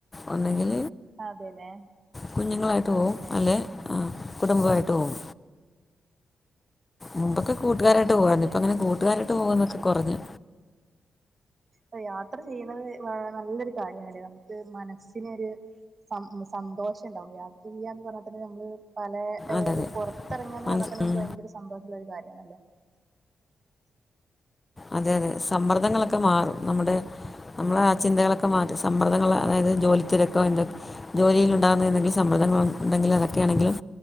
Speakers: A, on the left; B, on the right.
A: ഒന്നങ്കിൽ
B: അതെല്ലേ
A: കുഞ്ഞുങ്ങളായിട്ട് പോവും അല്ലെ കുടുംബമായിട്ട് പോവും മുമ്പൊക്കെ കൂട്ടുകാരായിട്ട്
B: ആ
A: പോവാരുന്നു
B: അതെല്ലേ
A: ഇപ്പ അങ്ങനെ കൂട്ടുകാരായിട്ട് പോന്നൊക്കെ കുറഞ്ഞു
B: അ യാത്ര ചെയ്യുന്നത് നല്ലൊരു കാര്യണല്ലേ നമുക്ക് മനസ്സിനന്രു സന്തോഷം ഉണ്ടാാവും യാത്ര ചെയ്യാ എന്ന് പറഞ്ഞാൽ തന്നെ നമ്മള് പല
A: അതെ
B: ഒരു
A: അതെ
B: പുറത്തിറങ്ങാ എന്ന്
A: മനസ്
B: പറഞ്ഞാ തന്നെ നമുക്ക്
A: ഉം
B: ഭയങ്കര സന്തോഷമുള്ള ഒരു കാര്യമാണല്ലോ
A: അതെ അതെ സമ്മർദ്ദങ്ങളൊക്കെ മാറും നമ്മുടെ നമ്മളെ ആ ചിന്തകളൊക്കെ മാറ്റി സമ്മർദ്ദങ്ങൾ അതായത് ജോലിത്തിരക്കെ എന്താകെ ജോലിയിലുണ്ടാവുന്ന ഏതെങ്കിലും സമ്മർദങ്ങ ഉണ്ടെങ്കിൽ അതൊക്കെയാണെങ്കിലും